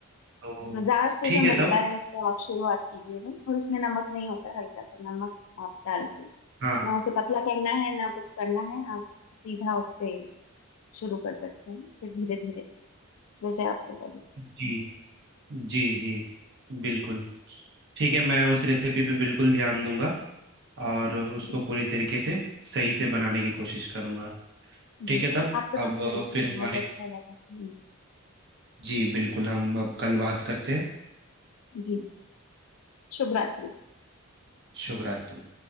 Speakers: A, on the right (about 55°); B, on the left (about 75°).
A: तो
B: बाजार से
A: ठीक
B: जो
A: है
B: मिलता
A: तब
B: है उसको आप शुरुआत कीजिएगा और उसमें नमक नहीं होता है, हल्का सा नमक आप डाल के
A: हाँ
B: ना उसे पतला करना है ना कुछ करना है आप सीधा उससे शुरू कर सकते हैं फिर धीरे धीरे जैसे आपको लगे
A: जी जी जी बिल्कुल ठीक है मैं उस रेसिपी पे बिल्कुल ध्यान दूंगा और उसको
B: जी
A: पूरी तरीके से सही से बनाने की कोशिश करूंगा ठीक
B: जी
A: है तब
B: आपसे
A: अब
B: बात करके
A: फिर
B: बहुत
A: हमारी
B: अच्छा लगा हाँ जी
A: जी बिल्कुल हम अब कल बात करते हैं
B: जी शुभ रात्रि
A: शुभ रात्रि